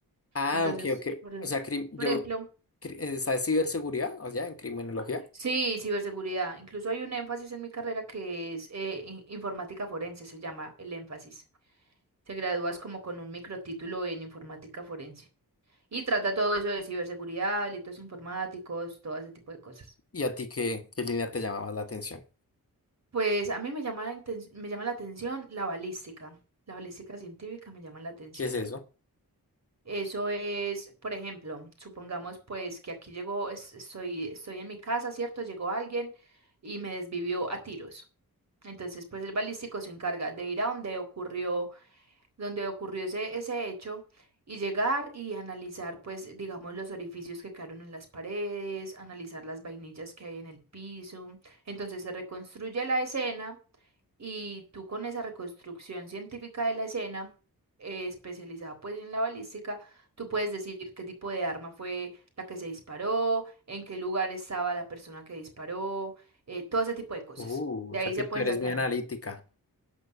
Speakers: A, on the left; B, on the right.
A: Ah,
B: Entonces,
A: ok, ok.
B: por, ej-
A: O sea, cri- yo,
B: por ejemplo,
A: cri- eh, está ciberseguridad, o sea, en criminología.
B: Sí, ciberseguridad. Incluso hay un énfasis en mi carrera que es eh, in- informática forense, se llama el énfasis. Te gradúas como con un microtítulo en informática forense y trata todo eso de ciberseguridad, delitos informáticos, todo ese tipo de cosas.
A: ¿Y a ti qué, qué línea te llama más la atención?
B: Pues a mí me llama la, inten- me llama la atención la balística. La balística científica me llama la atención.
A: ¿Qué es eso?
B: Eso es, por ejemplo, supongamos pues que aquí llegó, es- estoy, estoy en mi casa, ¿cierto? Llegó alguien y me desvivió a tiros. Entonces, pues el balístico se encarga de ir a donde ocurrió, donde ocurrió ese, ese hecho y llegar y analizar, pues, digamos, los orificios que quedaron en las paredes, analizar las vainillas que hay en el piso. Entonces se reconstruye la escena y tú con esa reconstrucción científica de la escena, eh, especializada pues en la balística, tú puedes decir qué tipo de arma fue la que se disparó, en qué lugar estaba la persona que disparó, eh, todo ese tipo de cosas.
A: Uh,
B: De
A: o
B: ahí
A: sea que
B: se pueden
A: tú eres
B: sacar.
A: muy analítica.